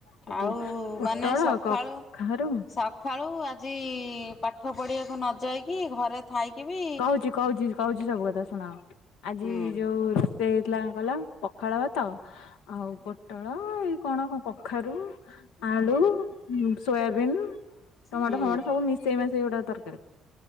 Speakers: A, on the left (about 80°); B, on the left (about 55°).
A: ସବୁ
B: ଆଉ
A: ପୋଟଳ
B: ମାନେ ସକାଳୁ
A: କଖାରୁ
B: ସକାଳୁ ଆଜି ପାଠ ପଢିବାକୁ ନ ଯାଇକି ଘରେ ଥାଇକି ବି
A: କହୁଛି କହୁଛି କହୁଛି ସବୁ କଥା ଶୁଣ। ଆଜି
B: ହୁଁ
A: ଯୋଉ ରୋଷେଇ ହେଇଥିଲା କଣ କିଲ ପଖାଳ ଭାତ ତ ଆଉ ପୋଟଳ, ଏଇ କଣ କଣ କଖାରୁ, ଆଳୁ ସୋ ସୋୟାବିନ, ଟମାଟୋ
B: ହୁଁ
A: ଫମାଟୋ ସବୁ ମିଶେଇ ମାସେଇ ଗୋଟେ ତରକାରୀ।